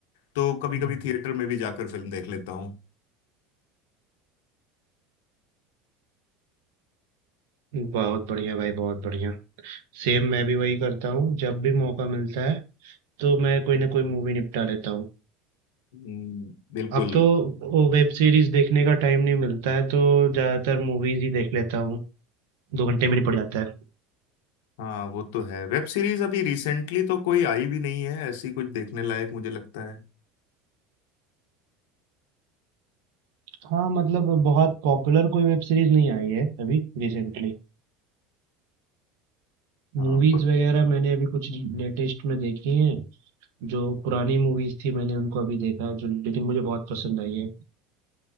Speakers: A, on the left; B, on the right.
A: तो कभी
B: हम्म
A: कभी थिएटर में भी जाकर फिल्म देख लेता हूँ
B: बहुत बढ़िया भाई बहुत बढ़िया सेम मैं भी वही करता हूँ जब भी मौका मिलता है तो मैं कोई ना कोई मूवी निपटा लेता हूँ
A: हम्म, बिल्कुल
B: अब तो वो वेब सीरीज देखने का टाइम नहीं मिलता है तो ज्यादातर मूवीज ही देख लेता हूँ दो घंटे में निपट जाता है
A: हाँ वो तो है वेब सीरीज अभी रिसेंटली तो कोई आई भी नहीं है ऐसी कुछ देखने लायक मुझे लगता है
B: हाँ मतलब बहुत पॉपुलर कोई वेब सीरीज नहीं आई है अभी रिसेंटली
A: हाँ
B: मूवीज
A: पर
B: वगैरह मैंने अभी कुछ लेटेस्ट में देखी हैं जो पुरानी मूवीज थी मैंने उनको अभी देखा जो लेकिन मुझे बहुत पसंद आई है